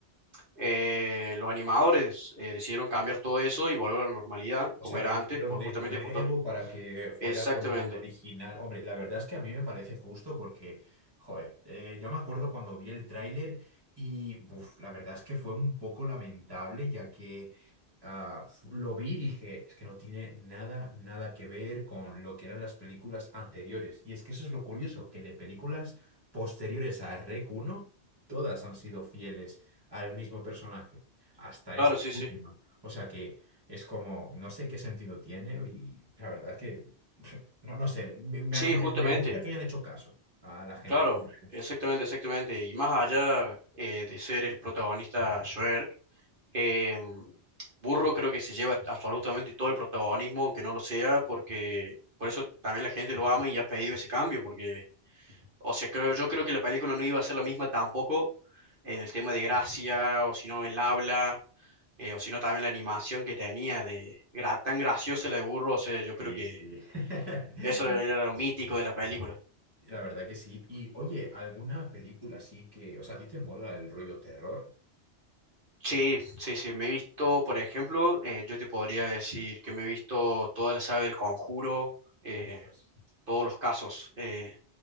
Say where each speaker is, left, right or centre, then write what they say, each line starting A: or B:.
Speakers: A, on the right; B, on the right.
A: eh, los animadores eh, decidieron cambiar todo eso y volver a la normalidad
B: O
A: como
B: sea,
A: era
B: lo hicieron
A: antes, por
B: de
A: justamente
B: nuevo
A: por todo.
B: para que fuera
A: Exactamente.
B: como lo original. Hombre, la verdad es que a mí me parece justo porque, joder, eh, yo me acuerdo cuando vi el tráiler y, buf, la verdad es que fue un poco lamentable ya que ah, lo vi y dije, es que no tiene nada, nada que ver con lo que eran las películas anteriores. Y es que eso es lo curioso, que de películas posteriores a Rec uno todas han sido fieles al mismo personaje, hasta
A: Claro,
B: esta
A: sí,
B: última.
A: sí.
B: O sea que... Es como, no sé qué sentido tiene y la verdad es que, <laughs> no, no sé, me, me-
A: Sí,
B: me-
A: justamente,
B: me gusta que hayan hecho caso a la gente,
A: claro,
B: por lo menos.
A: exactamente, exactamente. Y más allá eh, de ser el protagonista Shrek, eh, Burro creo que se lleva absolutamente todo el protagonismo, aunque no lo sea, porque por eso también la gente lo ama y ha pedido ese cambio, porque, o sea, creo, yo creo que la película no iba a ser la misma tampoco en el tema de gracia, o si no, el habla, eh, o si no, también la animación que tenía de gra- tan graciosa la de Burro, o sea, yo
B: Sí,
A: creo que
B: sí. <laughs>
A: eso era lo mítico de la película.
B: La verdad que sí. Y oye, ¿alguna película así que, o sea, ¿a ti te mola el rollo terror?
A: Sí, sí, sí, me he visto, por ejemplo, eh, yo te podría decir que me he visto toda la saga del Conjuro, eh,
B: Ostras.
A: todos los casos eh,